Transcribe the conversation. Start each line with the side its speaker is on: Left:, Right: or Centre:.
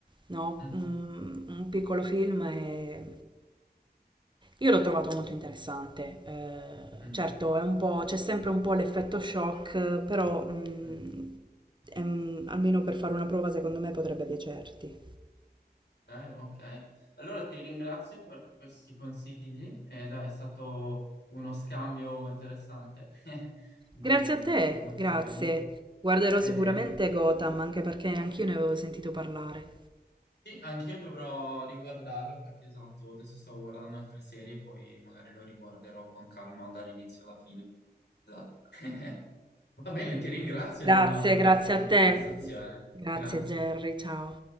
Right: no?
Left: Mm,
Right: Mm, Un, piccolo film è... Io l'ho trovato molto interessante, eh,
Left: mm,
Right: certo è un po', c'è sempre un po' l'effetto shock, però mm,
Left: mm.
Right: è un- almeno per fare una prova secondo me potrebbe piacerti.
Left: ok. ok. Allora ti ringrazio per questi consigli. Eh, dai, è stato uno scambio interessante <laughs> di,
Right: Grazie a te,
Left: di informazioni.
Right: grazie. Guarderò
Left: Eh,
Right: sicuramente Gotham, anche perché anch'io ne avevo sentito parlare.
Left: sì, anch'io dovrò riguardarlo perché esatto, adesso stavo guardando altre serie, poi magari lo riguarderò con calma dall'inizio alla fine. Esatto. <laughs> Va bene, ti ringrazio
Right: Grazie,
Left: Eleonora allora
Right: grazie
Left: per la
Right: a te.
Left: conversazione.
Right: Grazie
Left: Grazie.
Right: Gerry, ciao.